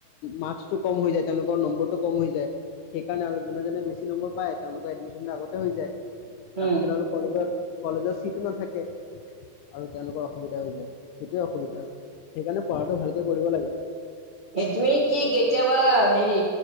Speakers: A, on the left; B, on the right.
A: মাৰ্কচটো কম হৈ যায় তেওঁলোকৰ নম্বৰটো কম হৈ যায় সেইকাৰণে আৰু। যিজনে <unintelligible> বেছি নম্বৰ পায় তেওঁলোকৰ এডমিশন আগতে হৈ যায় তাৰপাছত
B: উম
A: আৰু কলেজত কলেজৰ ছিটো নাথাকে আৰু তেওঁলোকৰ অসুবিধা হৈ যায় সেইটোৱে অসুবিধা আৰু। মানে পঢ়াটো ভালকে কৰিব লাগে।
B: হয়। <inaudible> তুমি কি কেতিয়াবা হেৰি